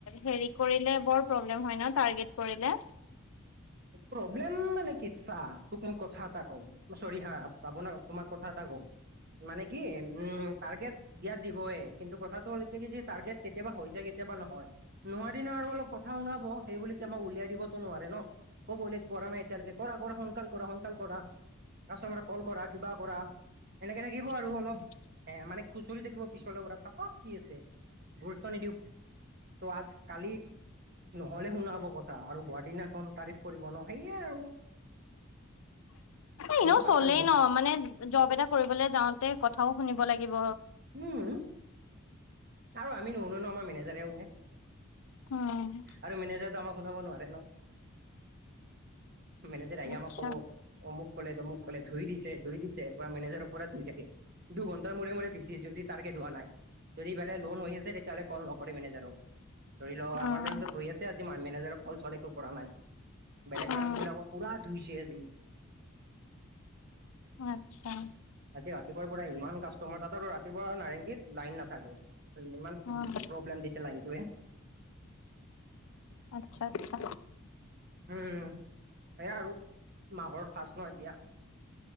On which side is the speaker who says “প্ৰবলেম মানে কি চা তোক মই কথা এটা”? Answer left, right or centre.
Right